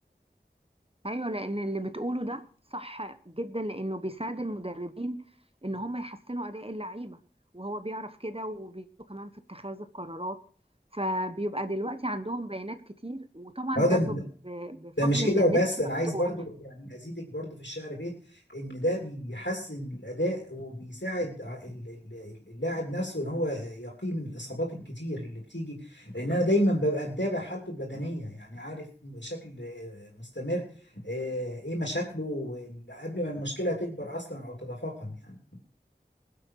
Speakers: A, on the right (about 30°); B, on the left (about 85°).
A: ايوه لان اللي بتقوله ده صح جدا لانه بيساعد المدربين ان هم يحسنوا اداء اللعيبه وهو بيعرف كده وبيساعده كمان في اتخاذ القرارات فبيبقى دلوقتي عندهم بيانات كتير وطبعا
B: هذا
A: ده ب- ب- بفضل
B: ده مش كده
A: ان النت
B: وبس
A: مفتوح
B: انا عايز برضو يعني ازيدك برضو في الشعر بيت ان ده بيحسن الاداء وبيساعد ع- ال- ال- ال- اللاعب نفسه ان هو يقي من الاصابات الكتير اللي بتيجي لان انا دايما ببقى متابع حالته البدنيه يعني عارف بشكل آه، مستمر آه، ايه مشاكله وال- قبل ما المشكله تكبر اصلا او تتفاقم يعني